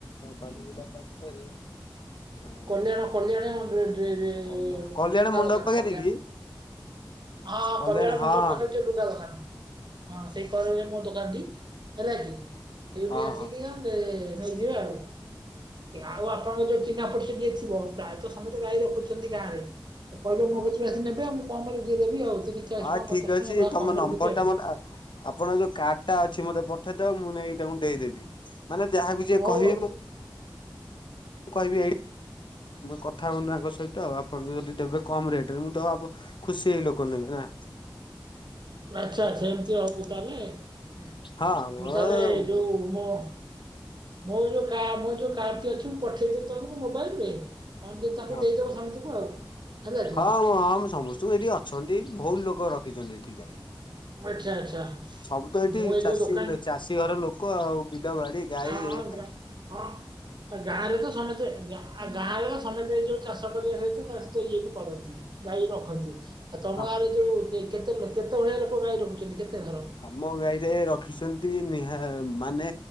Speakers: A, on the left; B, on the right.
A: ବାଲିକୁଦା ପାଖରେ? ଆଁ
B: କଲ୍ୟାଣ କଲ୍ୟାଣ ରେ ରେ
A: କଲ୍ୟାଣ
B: ଲୁଗା
A: କଲ୍ୟାଣ ମଣ୍ଡପ
B: ଦୋକାନ
A: ପାଖରେ
B: କଲ୍ୟାଣ।
A: କି?
B: ହଁ
A: ସେ କଲ୍ୟାଣୀ
B: କଲ୍ୟାଣ
A: ହଁ
B: ମଣ୍ଡପ
A: ହଁ
B: ପାଖରେ ଯଉ ଲୁଗା ଦୋକାନ। ହଁ ସେଇ କରରେ ମୋ ଦୋକାନଟି ହେଲାକି ସେଇଠି
A: ହଁ
B: ଆସି
A: ହଁ
B: ନିଅ ଏ ନେଇଯିବେ ଆଉ ଆଉ ଆପଣଙ୍କ ଯୋଉ ଚିହ୍ନା ପଡି ଯିଏ ଥିବ ପ୍ରାୟତଃ ସମସ୍ତେ ଗାଈ ରଖୁଛନ୍ତି ଗାଁରେ କହିବ
A: ହଁ
B: ମୋ କୋତୁରୁ ଆସି ନେବେ ଆ କମରେ ଯେ ଦେବି ଆଉ। ଚାଳିଶ
A: ହଁ
B: ଟଙ୍କା ପଚାଶ
A: ଠିକ୍ ଅଛି
B: ଟଙ୍କା ଏଇଭଳିଆ
A: ତମ
B: କମରେ
A: ନମ୍ବର
B: ଦେବି ଆଉ।
A: ଟା ମତେ ଆପଣଙ୍କ ଯୋଉ କାର୍ଡ ଟା ଅଛି ମତେ ପଠେଇ ଦେବେ ମୁଁ ନେଇକି ତାଙ୍କୁ ଦେଇଦେବି ମାନେ ଯାହାକୁ ଯିଏ
B: ହଉ
A: କହିବେ
B: ଆଉ
A: ମୁଁ ମୁଁ କହିବି ଏଇ କଥା ହୋଉନ ଆଙ୍କ ସହିତ ଆଉ ଆପଣଙ୍କୁ ଯଦି ଦେବେ କମ୍ ରେଟରେ ମୁଁ ତ ଖୁସି ହେଇ ଲୋକ ନେବେ ନା।
B: ଆଚ୍ଛା ସେମିତି ହୋଉ ତାହେଲେ
A: ହଁ ମୋ
B: ମୁଁ ତାହେଲେ ଯୋଉ ମୋ ମୋର କା ଯୋଉ କାର୍ ଟି ଅଛି ମୁଁ ପଠେଇଦବି ତମକୁ ମୋବାଇଲି ରେ? ତାକୁ
A: ହଁ
B: ଦେଇଦବ ସମତିକି ଆଉ। ହେଲା କି
A: ହଁ ଅ ହଁ ସମସ୍ତଙ୍କୁ ଏଠି ଅଛନ୍ତି ବୋହୁତୁ ଲୋକ ରଖିଛନ୍ତି ଏଠି ଗାଈ।
B: ଆଚ୍ଛା ଆଚ୍ଛା।
A: ସବୁ ତ ଏଇଠି
B: ମୁଁ ଏଇ
A: ଚାଷୀ
B: ଯୋଉ ଦୋକାନ
A: ଚାଷୀ ଘର ଲୋକ ଆଉ ବିଲ ବାଡି ଗାଈ
B: ହଁ
A: ଏଇଆ
B: ହଁ ଗା
A: ଆଉ।
B: ହଁ ତ ଗାଁରେ ତ ସମତେ ଗାଁ ଆଉ ଗାଁରେ ସମସ୍ତେ ଏ ଯୋଉ ଚାଷ କରିବା ସହିତ ତା ସହିତ ଇଏ ବି କରନ୍ତି ଗାଈ ରଖନ୍ତି ଆଉ ତମ
A: ହଁ
B: ଗାଁରେ ଯୋଉ କେତେ କେତେ ଭଳିଆ ଲୋକ ଗାଈ ରଖୁଛନ୍ତି କେତେ ଘର?
A: ଆମ ଗାଈରେ ରଖିଛନ୍ତି ନିହା ମାନେ